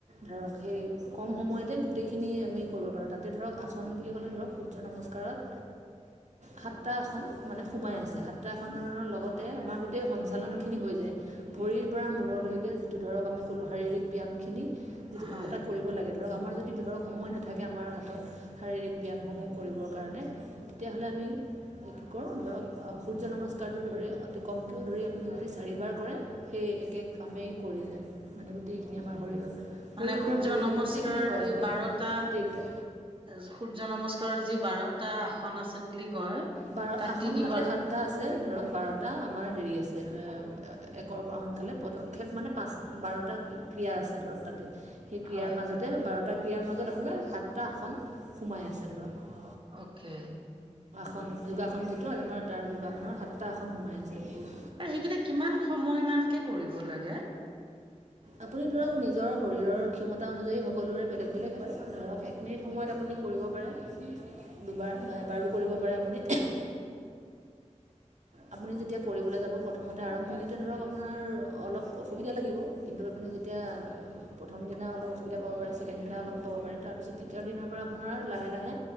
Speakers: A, on the right (about 65°); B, on the right (about 45°).
A: ধৰক সেই কম সময়তে গোটেইখিনি আমি কৰিব পাৰোঁ তাতে ধৰক আসন বুলি ক'লে ধৰক সূৰ্য নমস্কাৰত সাতটা আসন মানে সোমাই আছে। যাত্ৰাখনৰ লগতে আমাৰ গোটেই সঞ্চালনখিনি হৈ যায় ভৰিৰ পৰা মূৰলৈকে যিটো ধৰক আমি ক'লোঁ শাৰীৰিক ব্যায়ামখিনি। যিটো
B: হয়
A: এটা কৰিব লাগে ধৰক আমাৰ যদি যদি ধৰক সময় নাথাকে আমাৰ হাতত শাৰীৰিক ব্যায়ামসমূহ কৰিবৰ কাৰণে তেতিয়াহ'লে আমি কি কৰোঁ ধৰক সূৰ্য নমস্কাৰটো ধৰি অতি কমকৈও ধৰি আপুনি যদি চাৰিবাৰ কৰে সেই একে কামেই কৰি যায় মানে গোটেইখিনি আমাৰ শৰীৰৰ ভৰিৰ
B: মানে
A: পৰা
B: সূৰ্য
A: মূৰলৈকে
B: নমস্কাৰ
A: গোটেইখিনি হয়
B: এই
A: হয়
B: বাৰটা
A: গোটেইকেইটা
B: সূৰ্য নমস্কাৰৰ যি বাৰ এটা আসন আছে বুলি কয়
A: বাৰ
B: তাক
A: আসন
B: তিনিবাৰ
A: তাতে সাতটা আছে ধৰক বাৰটা এটা আমাৰ হেৰি আছে একৰ পৰা সংখ্যালৈ পদক্ষেপ মানে পাঁচ বাৰটা ক্ৰিয়া আছে ধৰক তাতে সেই ক্ৰিয়াৰ
B: হয়
A: মাজতে বাৰটা ক্ৰিয়াৰ মাজত আপোনাৰ সাতটা আসন সোমাই আছে ধৰক
B: অকে
A: এখন যোগাসন যিটো আৰু তোমাৰ তাৰ যোগাসনৰ সাতটা আখন সোমাই আছিল।
B: আৰু সেইকেইটা কিমান সময় মানকে কৰিব লাগে
A: আপুনি ধৰক নিজৰ শৰীৰৰ ক্ষমতা অনুযায়ী সকলোৰে বেলেগ বেলেগ হয় ধৰক এক মিনিট সময়ত আপুনি কৰিব পাৰে দুবাৰ বা এবাৰো কৰিব পাৰে আপুনি আপুনি যেতিয়া কৰিবলৈ যাব প্ৰথমতে আৰম্ভণিতে ধৰক আপোনাৰ অলপ অসুবিধা লাগিব কিন্তু আপুনি যেতিয়া প্ৰথম দিনা অলপ অসুবিধা পাব পাৰে ছেকেণ্ড দিনা অলপ পাব পাৰে তাৰপিছত তৃতীয় দিনৰ পৰা আপোনাৰ লাহে লাহে